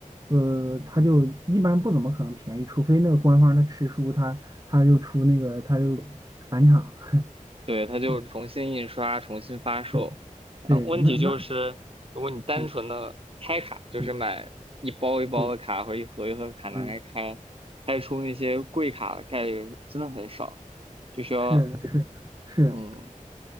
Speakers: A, on the right; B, on the right.
A: 呃，它就一般不怎么可能便宜，除非那个官方它吃书，它。他又出那个，他又返场，<laughs>
B: 对，它就重新印刷、
A: 对
B: 重新发售。
A: 对
B: 嗯，
A: 对，
B: 问题就是，
A: 那那
B: 如果你单纯的开卡，
A: 对
B: 就是买一包一包的卡或者一盒一盒的卡拿来开，
A: 对对，嗯，
B: 开出那些贵卡的概率真的很少，就需要
A: 是是
B: 嗯，